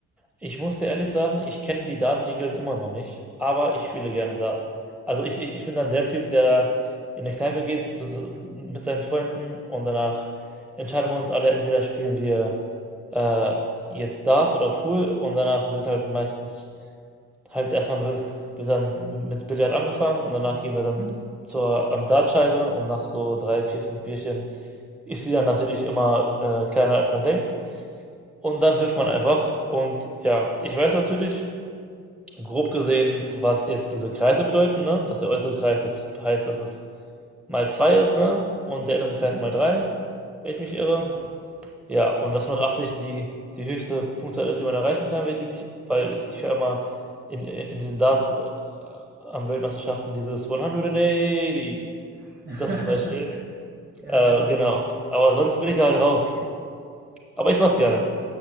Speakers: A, in the centre; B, on the right.
A: Ich muss dir ehrlich sagen, ich kenne die Dart-Regeln immer noch nicht, aber ich spiele gerne Dart. Also ich, ich ich bin dann der Typ, der in eine Kneipe geht so, so, mit seinen Freunden und danach entscheiden wir uns alle, entweder spielen wir äh, jetzt Dart oder Pool und danach wird halt meistens halt erstmal wi- wird dann mit Billard angefangen und danach gehen wir dann
B: Mhm.
A: zur ähm, Dartscheibe und nach so drei, vier, fünf Bierchen ist sie dann natürlich immer äh, kleiner als man denkt. Und dann wirft man einfach. Und ja, ich weiß natürlich, grob gesehen, was jetzt diese Kreise bedeuten, ne? Dass der äußere Kreis jetzt heißt, dass es mal zwei ist, ne? Und der innere Kreis
B: Mhm.
A: mal drei, wenn ich mich irre.
B: Genau.
A: Ja, und dass 180 die, die höchste Punktzahl ist, die man erreichen kann, wenn ich mich, weil ich, ich höre immer in, in, in diesen Darts äh, am Weltmeisterschaften dieses 180,
B: <laughs>
A: das zum Beispiel.
B: Ja,
A: Äh,
B: genau.
A: genau. Aber sonst bin ich da halt raus. Aber ich mach's
B: Okay.
A: gerne.